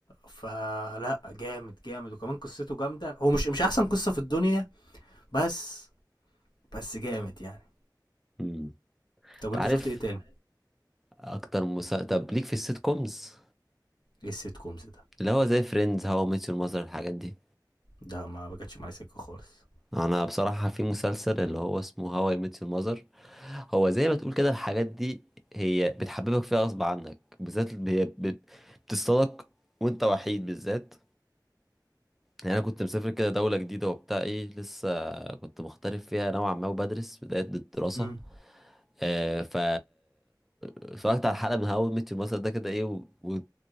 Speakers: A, on the left; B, in the centre.
A: فلا جامد جامد وكمان قصته جامدة هو مش مش أحسن قصة في الدنيا بس بس جامد يعني
B: امم
A: طب
B: انت
A: أنت
B: عارف
A: شفت إيه تاني؟
B: اكتر مسلسل طب ليك في السيت كومز
A: إيه السيت كومز ده؟
B: اللي هو زي فريندز هاو ميت يور ماذر الحاجات دي
A: ده ما بجتش معايا سكة خالص
B: انا بصراحة في مسلسل اللي هو اسمه هاو اي ميت يور ماذر هو زي ما تقول كده الحاجات دي هي بتحببك فيها غصب عنك بالذات ال- هي بت- بتصطادك وانت وحيد بالذات يعني انا كنت مسافر كده دولة جديدة وبتاع ايه لسه كنت مغترب فيها نوعا ما وبدرس بداية الدراسة
A: امم
B: آه ف اتفرجت على حلقة من هاو ميت يور مثلا ده كده ايه و... وت-